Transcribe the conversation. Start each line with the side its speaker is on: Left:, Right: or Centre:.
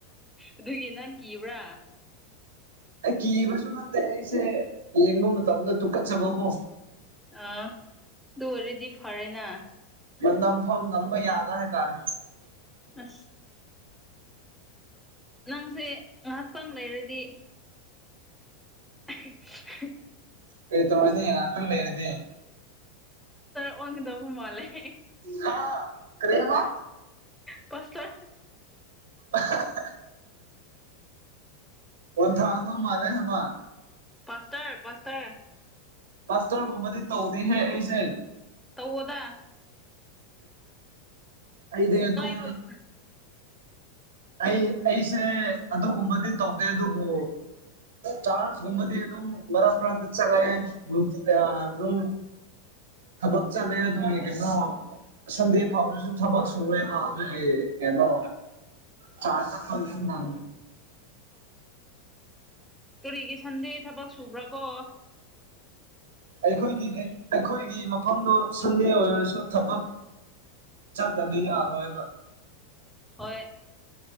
Centre: ꯑꯗꯨꯒꯤ ꯅꯪ ꯀꯤꯕ꯭ꯔꯥ
Right: ꯑꯦ ꯀꯤꯕꯁꯨ ꯅꯠꯇꯦ ꯑꯩꯁꯦ ꯌꯦꯡꯕ ꯃꯇꯝꯗ ꯇꯨꯀꯠꯆꯕ ꯍꯣ
Centre: ꯑꯣ ꯑꯗꯨ ꯑꯣꯏꯔꯗꯤ ꯐꯔꯦꯅ
Right: ꯃꯅꯝꯕ ꯐꯥꯎ ꯅꯝꯕ ꯌꯥꯗ ꯍꯥꯏ ꯇꯥꯔꯦ
Centre: ꯑꯁ ꯅꯪꯁꯦ ꯉꯥꯏꯍꯥꯛ ꯇꯡ ꯂꯩꯔꯗꯤ꯫ ꯑꯥꯏꯁ ꯁꯦ ꯑꯥꯁ
Right: ꯀꯩꯇꯧꯅꯤ ꯉꯥꯍꯥꯇꯡ ꯂꯩꯦꯔꯗꯤꯦ꯫
Centre: ꯋꯥꯡꯉꯗꯧꯕ ꯃꯥꯜꯂꯦ <inaudible>
Right: ꯍꯥꯥ ꯀꯔꯤꯍꯥꯕ
Centre: ꯄꯥꯁꯇꯔ
Right: ꯑꯥꯍꯥ ꯑꯍꯥ ꯕꯣꯜ ꯊꯥꯎꯗꯣ ꯃꯥꯂꯦ ꯍꯥꯏꯕ
Centre: ꯄꯥꯁꯇꯥꯥꯔ ꯄꯥꯁꯇꯥꯥꯔ
Right: ꯄꯥꯁꯇꯔꯒꯨꯝꯕꯗꯤ ꯇꯧꯗꯦꯍꯦ ꯑꯩꯁꯦ꯫
Centre: ꯇꯧꯑꯣꯗ ꯫
Right: ꯑꯩꯗ ꯑꯗꯨꯝ꯫
Centre: ꯅꯣꯏꯒꯨꯝ
Right: ꯑꯩ ꯑꯩꯁꯦ ꯑꯗꯨꯒꯨꯝꯕꯗꯤ ꯇꯧꯗꯦ ꯑꯗꯨꯕꯨ꯫ ꯆꯥꯁ ꯃꯗꯤ ꯑꯗꯨꯝ ꯃꯔ ꯃꯔꯔꯝ ꯇ ꯆꯒꯥꯏ ꯑꯗꯨ ꯑꯗꯨꯝ ꯊꯕꯛ ꯆꯠꯂꯦ ꯑꯗꯨꯅꯦ ꯀꯩꯅꯣ ꯁꯟꯗꯦ ꯐꯥꯎꯕꯗꯁꯨ ꯊꯕꯛ ꯁꯨꯔꯦꯕ ꯑꯗꯨꯒꯤ ꯀꯩꯅꯣ ꯆꯔ ꯆꯠ ꯅꯦ
Centre: ꯇꯣꯔꯤꯒꯤ ꯁꯟꯗꯦ ꯊꯕꯛ ꯁꯨꯕ꯭ꯔꯥ ꯀꯣ
Right: ꯑꯩꯈꯣꯏꯒꯤ ꯑꯩꯈꯣꯏꯒꯤ ꯃꯐꯝꯗꯨ ꯁꯟꯗꯦ ꯑꯣꯏꯔꯁꯨ ꯊꯕꯛ ꯀꯗꯤ ꯌꯥ ꯍꯌꯦ
Centre: ꯍꯣꯏ